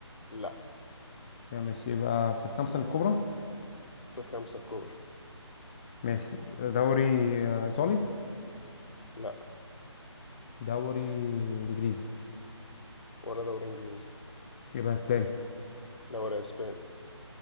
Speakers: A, on the left; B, on the left.
A: لا
B: يا ماشي يبقى في الخمسة الكبرى
A: في خمسة كورة
B: ماشي دوري آه، ايطالي
A: لا
B: دوري انجليزي
A: ولا دوري انجليزي
B: يبقى اسباني
A: دوري اسباني